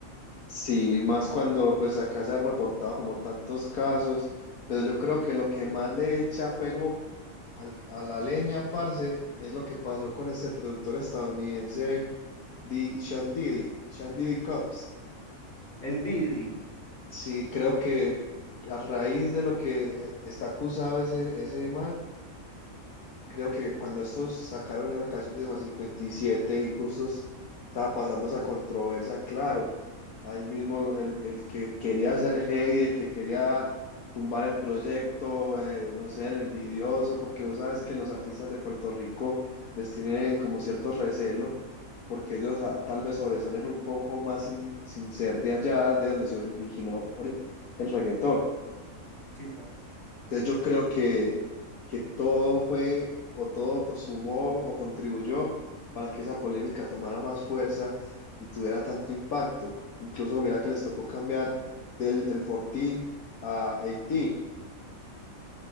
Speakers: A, on the left (about 80°); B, on the left (about 55°).
A: Sí, más cuando pues acá se han reportado como tantos casos, pero yo creo que lo que más le echa fuego al- a la leña, parce, es lo que pasó con este productor estadounidense, Di- Sean Diddy, Sean Diddy Combs.
B: El Didi,
A: Sí, creo que a raíz de lo que está acusado ese, ese man, creo que cuando estos sacaron esa canción de más 57 y siete y justo estaba pasando esa controversia, claro, ahí mismo lo- el, el que quería hacer hate, el que quería tumbar el proyecto, eh, no sé, el envidioso, porque vos sabes que los artistas de Puerto Rico les tienen como cierto recelo porque ellos ah, tal vez sobresalen un poco más sin, sin ser de allá, de donde se originó ori- el reggaetón.
B: sí, sas.
A: Entonces yo creo que, que todo fue o todo consumó o contribuyó para que esa polémica tomara más fuerza y tuviera tanto impacto. Incluso mira que les tocó cambiar del el 14 a 18.